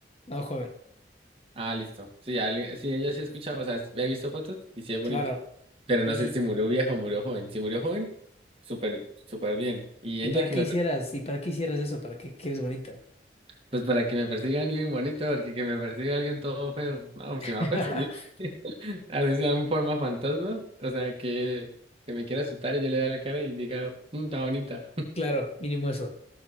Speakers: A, on the left; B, on the right.
A: No, joven.
B: Ah, listo. Sí, alguien- sí, ella sí escucha, o sea, he visto fotos y sí es bonita,
A: Claro.
B: pero no
A: ¿Y,
B: sé si murió vieja o murió joven. Si murió joven, súper, súper bien. Y
A: y
B: ella
A: para
B: que
A: qué
B: me,
A: hicieras?
B: per-
A: ¿Y para qué hicieras eso? ¿Para qué quieres bonita?
B: pues para que me persiga alguien bonito, porque que me persiga alguien todo feo, no, pues
A: <laughs>
B: si me va a perseguir, <laughs> así sea en forma fantasma, o sea, que, que me quiera asustar y yo le da la cara y diga, "Mm, está bonita.
A: Claro, mínimo eso.